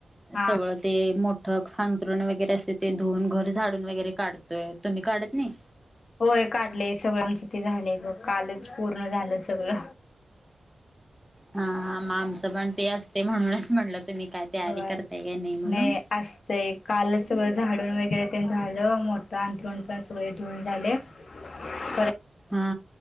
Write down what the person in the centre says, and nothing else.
सगळं
ते मोठं हांतरून वगैरे अस ते धुऊन घर झाडून वगैरे काढतोय तुम्ही काढत नाही.
हा हा आमचं पण ते असते म्हणूनच म्हटलं तुम्ही काय तयारी
करताय काय म्हणून
हा.